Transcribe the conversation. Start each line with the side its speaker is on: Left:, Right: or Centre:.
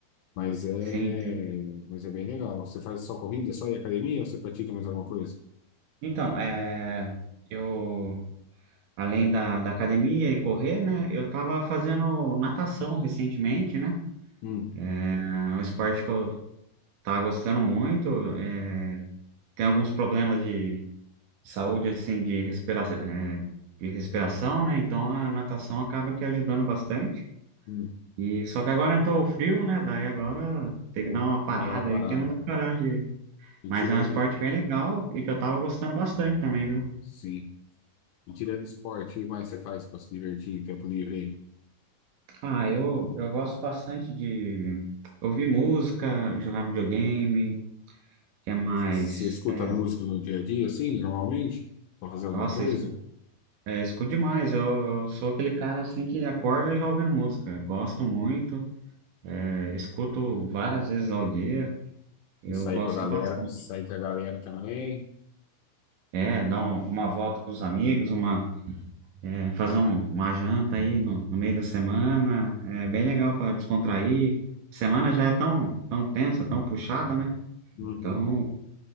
Left: mas é,
Right: Sim, sim.
Left: mas é bem legal. Você faz só corrida, só ir à academia, ou você pratica mais alguma coisa?
Right: Então, é, eu, além da, da academia e correr, né? Eu tava fazendo natação recentemente, né?
Left: Hum,
Right: É um esporte que eu tava gostando muito. é, tem alguns problemas de saúde, assim, de respiração, de respiração, né? Então a natação acaba que ajudando bastante.
Left: hum,
Right: E só que agora entrou o frio, né? Daí agora tem
Left: eu,
Right: que dar uma parada
Left: eu uma parada.
Right: aí, porque não dá coragem.
Left: E
Right: Mas
Left: tirando,
Right: é um esporte bem legal e que eu tava gostando bastante também, viu?
Left: sim. E tirando esporte, o que mais você faz para se divertir em tempo livre? aí
Right: Ah, eu, eu gosto bastante de ouvir música, jogar videogame, que é mais.
Left: Você escuta
Right: é,
Left: música no dia a dia, assim, normalmente? Pra fazer alguma
Right: nossa,
Left: coisa?
Right: escu- é, escuto demais. Eu, eu sou aquele cara assim que acorda já ouvindo música. Gosto muito, é, escuto várias vezes ao dia. Eu
Left: E sair
Right: gosto
Left: com a galera,
Right: bastante.
Left: sair com a galera também.
Right: É, dar um- uma volta com os amigos, uma É, fazer um- uma janta aí no, no meio da semana é bem legal para descontrair. Semana já é tão, tão tensa, tão puxada, né?
Left: Uhum.
Right: Então,